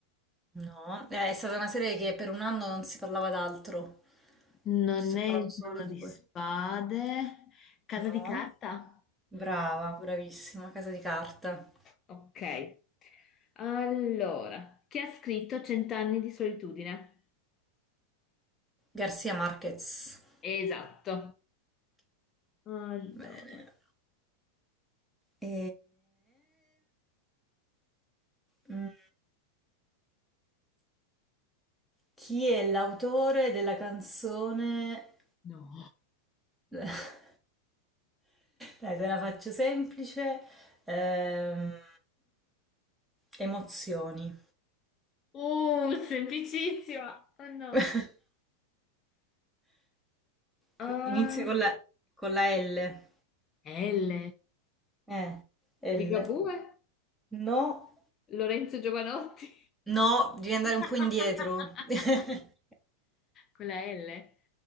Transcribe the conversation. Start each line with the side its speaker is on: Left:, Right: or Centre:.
Centre: No, eh, è stata una serie che per un anno non si parlava d'altro.
Left: Non
Centre: Ci si
Left: è
Centre: è parlato
Left: il
Centre: solo
Left: trono
Centre: di
Left: di
Centre: quello.
Left: spade. Casa
Centre: No?
Left: di carta?
Centre: Brava, bravissima, Casa di Carta.
Left: Ok. Allora, chi ha scritto Cent'anni di solitudine?
Centre: Garcia Marquez.
Left: Esatto. Allora.
Centre: Bene. E... mm, Chi è l'autore della canzone?
Left: No.
Centre: <laughs> Dai, te la faccio semplice. Ehm, Emozioni.
Left: Uh, semplicissima. Oh no.
Centre: <laughs>
Left: Ah,
Centre: Que- Inizia con la, con la L.
Left: L.
Centre: Eh, L.
Left: Ligabue?
Centre: No.
Left: Lorenzo Giovanotti?
Centre: No, devi andare
Left: <laughs>
Centre: un po' indietro. <laughs>
Left: Con la L?